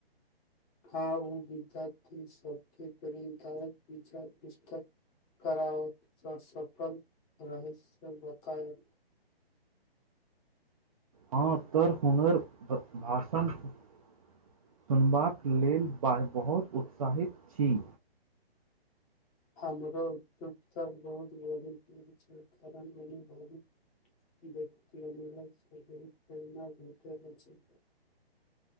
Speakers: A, on the left (about 15°); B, on the right (about 35°).
A: हँ ओ विद्यार्थी सबके प्रिदायक विचार पुस्तक करओ सफल रहै से बतायब।
B: हँ त हुनर। भाषण सुनबाक लेल बहुत उत्साहित छी।
A: हमरो उतयोगता बहुत बड़ी द छै कारण अनुभवी व्यक्ति अनुभव प्रेरणा भेटल अछि।